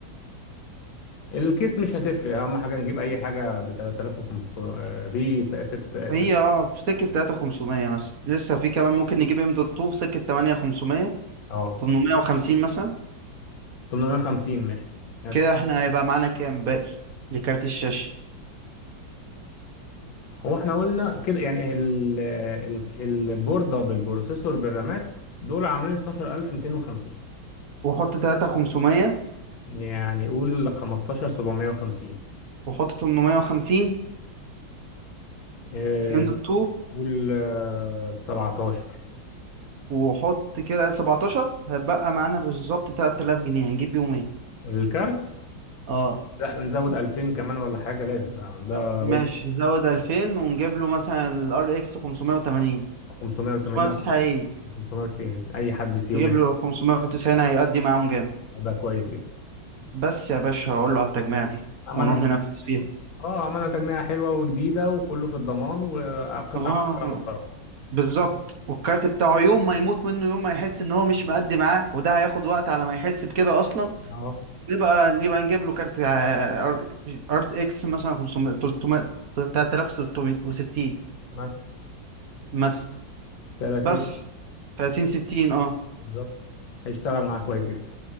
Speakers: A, on the left (about 75°); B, on the right (about 50°).
A: الكيس مش هتفرق اهم حاجه نجيب اي حاجه ب 3500 آه، في 6
B: هي
A: 6
B: اه في سكه 3500 مثلا لسه في كمان ممكن نجيب ام دوت 2 في سكه 8500
A: اه
B: 850 مثلا
A: 850 ماشي مثلا
B: كده احنا هيبقى معانا كام باقي لكارت الشاشة
A: هو احنا قلنا كده يعني ال... ال... البورده بالبروسيسور بالرامات دول عاملين 12250
B: وحط تلاتة خمسمية
A: يعني قول 15750
B: وحط تمنمية وخمسين
A: إيه،
B: ام دوت تو
A: قول آه، 17
B: وحط كده سبعتاشر هيبقى معانا بالظبط تلات آلاف جنيه هنجيب بيهم ايه
A: الكارت
B: اه
A: لا نزود 2000 كمان ولا حاجة لازم ده ده
B: ماشي
A: وش
B: نزود ألفين ونجيب له مثلا الار اكس خمسمية وتمانين
A: 580
B: خمسمية
A: أو
B: وتسعين
A: 590 أي حد فيهم
B: نجيب
A: اللي
B: له خمسمية وتسعين هيقضي معاهم جامد
A: هيبقى كويس جدا
B: بس يا باشا هقول له على التجميع دي
A: عملنا
B: ونروح
A: تجميعة
B: ننفذ فيها
A: حلوة اه عملنا تجميعة حلوة وجديدة وكله في الضمان وقطعة
B: اه
A: كلها محترمة
B: بالظبط والكارت بتاعه يوم ما يموت منه يوم ما يحس ان هو مش مأدي معاه وده هياخد وقت على ما يحس بكده اصلا
A: اه
B: نبقى نبقى نجيب له كارت آه، ار اكس مثلا 500 300 3660
A: مثلا
B: مثلا
A: 30
B: بس 30 60 اه
A: بالظبط هيشتغل معاك كويس جدا